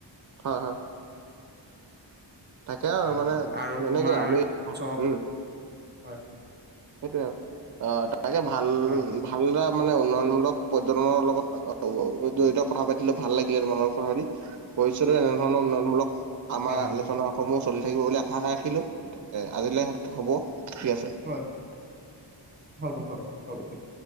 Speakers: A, on the right; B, on the right.
A: হয় হয়। তাকে আৰু
B: হয়
A: মানে
B: আৰু
A: এনেকে
B: তোমাৰ
A: আমি
B: চখ
A: উম।
B: হয়
A: সেইটোৱে আৱ অঁ তাকে ভাল
B: হয়
A: উম ভাল দৰে মানে উন্নয়নমূলক পৰ্যটনৰ লগত ৱ জড়িত কথা পাতিলো ভাল লাগিলে তোমাৰ লগত কথা পাতি। ভবিষ্যতো এনেধৰণৰ উন্নয়নমূলক আমাৰ
B: হয় হয়
A: আলোচনা সমূহ চলি থাকিব বুলি আশা এটা ৰাখিলোঁ। তাকে আজিলৈ হ'ব ঠিক আছে।
B: হয়। হ'ব হ'ব হ'ব দিয়া।